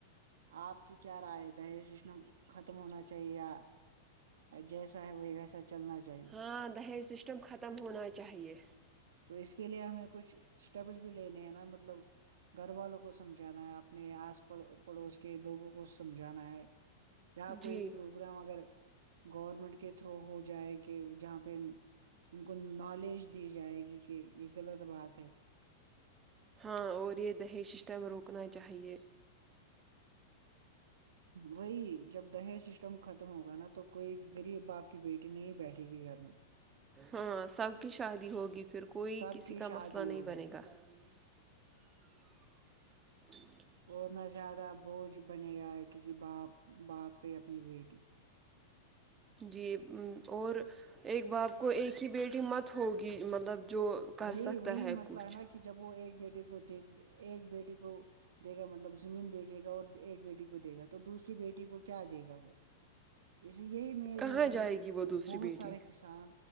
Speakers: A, on the right (about 80°); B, on the right (about 20°).
A: آپ کی کیا رائے د ہے یہ سشن ختم ہونا چاہیے یا جیسا ہے وہی ویسا چلنا چاہیے
B: ہاں دہیج سسٹم ختم ہونا چاہیے
A: تو اس کے لیے ہمیں کچھ اسٹیپس بھی لینے ہیں نا مطلب گھر والوں کو سمجھانا ہے اپنے آس پڑوس کے لوگوں کو سمجھانا ہے یا کوئی
B: جی
A: پروگرام اگر گورنمنٹ کے تھرو ہو جائے کہ جہاں پہ ان کو نالج دی جائے جی کہ یہ غلط بات ہے
B: ہاں اور یہ دہی سسٹم روکنا چاہیئے
A: وہی جب دہیز سسٹم ختم ہوگا نا تو کوئی غریب باپ کی بیٹی نہیں بیٹھے گی گھر میں
B: ہاں سب کی شادی ہوگی پھر کوئی
A: سب
B: کسی
A: کی
B: کا
A: شادی
B: مسئلہ نہیں
A: ہوگی
B: بنے گا جچھا
A: اور نہ زیادہ بوجھ بنے گا ہے کسی باپ باپ پہ اپنی بیٹی
B: جی اور ایک باپ کو ایک ہی بیٹی مت ہوگی مطلب جو کر
A: وہی
B: سکتا
A: وہی
B: ہے
A: مسئلہ
B: کچھ
A: نا کہ جب وہ ایک بیٹیے کو د ایک بیٹی کو دے گا مطلب زمین بیچے گا اور ایک بیٹی کو دے گا تو دوسری بیٹی کو کیا دے گا پھر اس یہی مین
B: کہاں
A: ریزن
B: جائے
A: ہے کہ
B: گی وہ دوسری
A: بہت
B: بیٹی
A: سارے کسان